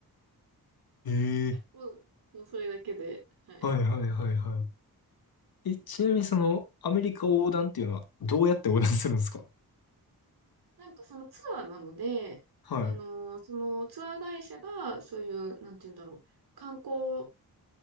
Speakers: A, on the left; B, on the right.
A: ええ
B: もう、もうそれだけで、はい。
A: はいはいはいはい。え、ちなみにその、アメリカ横断っていうのは、どうやって横断するんですか
B: なんかそのツアーなので、
A: は
B: あのーそのツアー会社が、そういう、なんて言うんだろう、観光